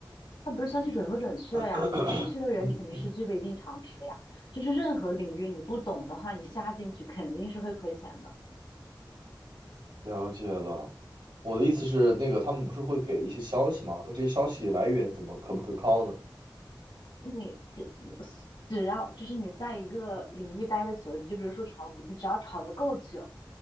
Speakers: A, on the left (about 80°); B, on the right (about 85°).
A: 它不是消息准不准确呀、
B: <coughs>
A: 你进去的人，你肯定是具备一定常识的呀。
B: <clears throat>
A: 就是任何领域你不懂的话，你瞎进去肯定是会亏钱的。
B: 了解了。我的意思是，那个他们不是会给一些消息吗？那这些消息来源怎么可不可靠呢？
A: 你跟你只要就是你在一个领域待的久一点，就比如说炒股，你只要炒得够久，